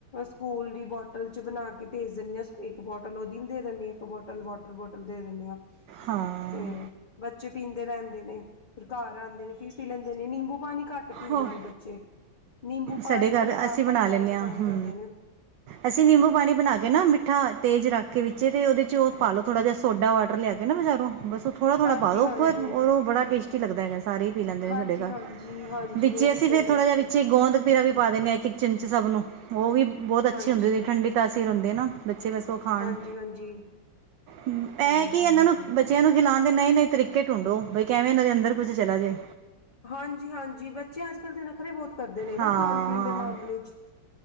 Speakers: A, on the left; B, on the right.
A: ਸਕੂਲ ਦੀ ਬੋਟਲ ਚ' ਬਣਾ ਕੇ ਕਿ ਭੇਜ ਦਿੰਨੀ ਹਾਂ ਇੱਕ ਬੋਟਲ ਉਹਦੀ ਵੀ ਦੇ ਦ ਇੱਕ ਬੋਟਲ ਵੋਟਰ ਬੋਟਲ ਦੇ ਦਿੰਦੇ ਹਾਂ।
B: ਹਾਂ
A: ਤੇ। ਬੱਚੇ ਪੀਂਦੇ ਰਹਿੰਦੇ ਨੇ। ਫਿਰ ਘਰ ਆਉਂਦੇ ਨੇ ਫੇਰ ਪੀ ਲੈਂਦੇ ਨੇ। ਨਿੰਬੂ ਪਾਣੀ ਘੱਟ ਪੀਂਦੇ
B: ਹੋ
A: ਨੇ। ਬੱਚੇ ਨਿੰਬੂ ਪਾਣੀ
B: ਸਾਡੇ ਘਰ
A: ਹੈਦੇ ਪਾਪਾ
B: ਅਸੀਂ ਬਣਾ
A: ਹੀ ਜ਼ਿਆਦਾ
B: ਲੈਂਦੇ ਹਾਂ
A: ਪਸੰਦ
B: ਹੂੰ
A: ਕਰਦੇ ਨੇ।
B: ਅਸੀਂ ਨਿੰਬੂ ਪਾਣੀ ਬਣਾ ਕੇ ਨਾ ਮਿੱਠਾ ਤੇਜ ਰੱਖ ਵਿੱਚ ਤੇ ਉਹਦੇ ਚ' ਉਹ ਪਾਲੋ ਥੋੜਾ ਜਹਾ ਸੋਡਾ ਵਾਟਰ ਲਿਆ ਕੇ ਬਾਜਾਰੋ ਨਾ ਬਸ ਉਹਥੋੜਾ- ਥੋੜਾ
A: ਹਾਂਜੀ
B: ਪਾ ਦਿਉ
A: ਹਾਂਜੀ
B: ਉਪਰ ਰ ਉਹ ਬੜਾ ਟੇਟੀ ਲਗਦਾਗਾ। ਸਾਰੇ ਪੀ ਲੈਂਦੇ ਨੇ
A: ਹਾਂਜੀ
B: ਸਾਡੇ ਘਰ।
A: ਹਾਂਜੀ ਹਾਂਜੀ
B: ਵਿੱਚੇ
A: ਉਹ ਵੀ
B: ਅਸੀਂ ਫੇਰ
A: ਬਹੁਤ
B: ਥੋੜਾ
A: ਅੱਛੀ
B: ਜਿਹਾ ਵਿੱਚੇ ਗੋਂਦ ਰਾ ਵੀ ਪਾ ਦਿੰਦੇ ਹਾਂ ਕਿਚਨ ਚ' ਸਭ ਨੂੰ ਉਹ ਵੀ ਬਹੁਤ ਅੱਛੀ
A: ਹਾਂਜੀ
B: ਹੁੰਦੀ ਹੈ ਠੰਢੀ ਤਾਸੀਰ ਹੁੰਦੀ ਹੈ ਨਾ। ਬੱਚੇ ਬਸ ਖਾਣ।
A: ਹਾਂਜੀ ਹਾਂਜੀ
B: ਇਹ
A: ਹਾਂਜੀ
B: ਕੀ ਇਹਨਾਂ
A: ਹਾਂਜੀ
B: ਨੂੰ ਬੱਚਿਆਂ ਨੂੰ ਖਿਲਾਉਣ ਦੇ ਨਵੇ -ਨਵੇ ਤਰੀਕੇ ਟਢੂੰਡੋ। ਬਈ ਕਿਵੇਂ ਉਹਨਾਂ ਦੇ ਅੰਦਰ ਕੁੱਝ ਚਲਾ ਜੇ।
A: ਹਾਂਜੀ- ਹਾਂਜੀ ਬੱਚੇ ਅੱਜ ਕੱਲ ਦੇ ਨਖਰੇ ਬਹੁਤ ਕਰਦੇ ਨੇ ਨਾ
B: ਹਾਂ
A: ਖਾਣ- ਪੀਣ
B: ਹਾਂ
A: ਦੇ ਮਾਮਲੇ ਚ'